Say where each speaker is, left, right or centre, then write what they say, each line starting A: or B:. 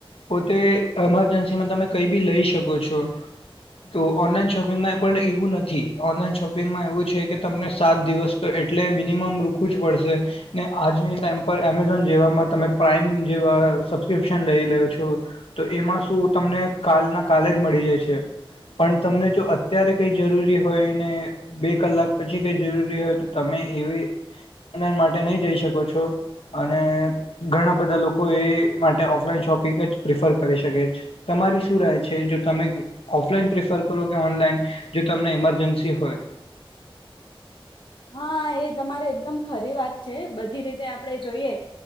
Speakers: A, on the left (about 80°); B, on the left (about 60°).
A: પોતે એમરજન્સીમાં તમે કઈ બી લઈ શકો છો તો ઓનલાઈન શોપિંગમાં પણ એવું નથી, ઓનલાઈન શોપિંગ. પિંગમાં એવું છે, કે તમને સાત દિવસ તો એટલે મિનિમમ રૂકવું જ પડશે ને આજની ટાઈમ પર એમેઝોન જેવામાં તમે પ્રાાઈમ જેવા સબસ્ક્રિપ્શન લઈ લો્યો છો, તો એમાં શું તમને કાલના કાલે જ મળી જાય છે, પણ તમને જો અત્યારે કઈ જરૂરી હોયને બે કલાક પછી કઈ જરૂરી હોય, તો તમે એવી ઓનલાઈન માટે નહી, જઈ શકો છો અને ઘણા બધા લોકો એ માટે ઓફલાઈન શોપિંગ જ પ્રિફર કરી શકે તમારી શું રાય છે, જો તમે ઓફલાઈન પ્રિફર કરો કે ઓનલાઈન જો તમને ઈમરજન્સી હોય.
B: હા, એ તમારે એકદમ ખરી વાત છે, બધી રીતે આપણે જોઈએ